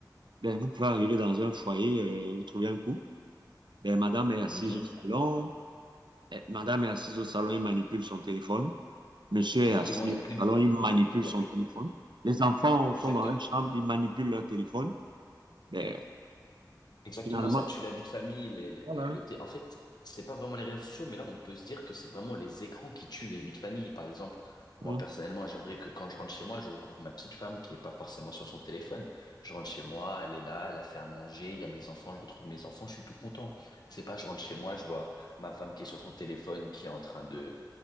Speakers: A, on the right; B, on the left.
A: Ben, vous pouvez arriver dans un foyer, euh, vous trouvez un couple. Ben, madame est assise
B: Mhm.
A: au salon. Eh, Madame est assise au salon et manipule son téléphone. Monsieur
B: Exactement,
A: est assis
B: il y a plus de,
A: alors il manipule
B: il
A: son
B: y a plus,
A: téléphone. Les enfants sont
B: exact,
A: dans la chambre, ils manipulent leur téléphone. Ben,
B: Exactement,
A: finalement,
B: ça tue la vie de famille, les, les-
A: voilà.
B: les- le thé- En fait, c'est pas vraiment les réseaux sociaux, mais là, on peut se dire que c'est vraiment les écrans qui tuent les vies de famille. Par exemple, moi,
A: hein.
B: personnellement, j'aimerais que quand je rentre chez moi, je retrouve ma petite femme qui est pas forcément sur son téléphone. Je rentre chez moi, elle est là, elle a fait à manger, il y a mes enfants, je retrouve mes enfants, je suis tout content. C'est pas je rentre chez moi, je vois ma femme qui est sur son téléphone, qui est en train de,